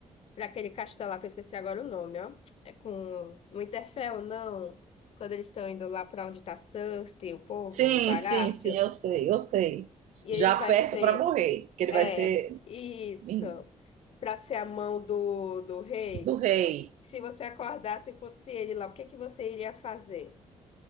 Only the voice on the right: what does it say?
Sim,
sim, sim, eu sei, eu sei.
Já
aperto
para morrer, que ele
vai ser
em-
do rei.